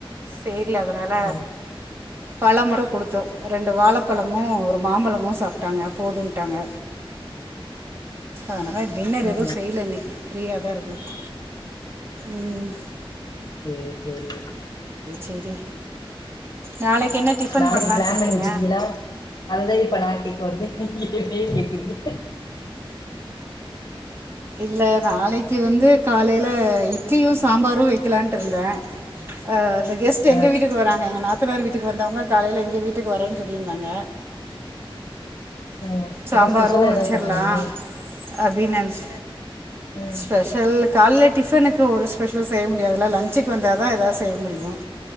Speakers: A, on the right (about 25°); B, on the left (about 45°).
A: தெரில அதனால
B: ஆ
A: பல மறு கொடுத்தோம் ரெண்டு வாலைப்பலம் மும் ஒரு மாம்பலமும் சாப் டாங்க போதுண்டாங்க அதனால டின்னர்
B: ஆ
A: எதுவும் செய்யில இன்னைக்கு ஃப்ரீயா தான் இருக் உம்
B: சேர் செரி
A: சரி நாளைக்கு என்ன டிஃபன்
B: நாளைக்கு
A: பண்ணலான்ட்டு
B: பிளான்
A: இருக்கீங்க
B: பண்ணி வச்சிடிகளா அத தான் இப்ப நான் கேக்க வந்தேன் என்னேய கேக்கிறீங்க
A: இல்ல நாளைக்கு வந்து காலையில இட்லியும் சாம்பாரும் வைக்கலான்ட்டு இருந்தேன் அ இந்த கெஸ்ட் எங்க
B: ஆ
A: வீட்டுக்கு வராங்க எங்க நாத்தனார் வீட்டுக்கு வந்தவங்க காலையில எங்க வீட்டுக்கு வரேன்னு சொல்லிருந்தாங்க
B: ஆ
A: சாம்பாரும்
B: அப்ப ஸ்பெஷலா
A: வச்சர்லாம்
B: ஏதாவது பண்ணணுமே
A: அப்டி நெனச்
B: ம்
A: ஸ்பெஷல் காலைல டிபனுக்கு ஒரு ஸ்பெஷல் செய்ய முடியதுல லஞ்சுக்கு வந்த தான் ஏதாவது செய்ய முடியும்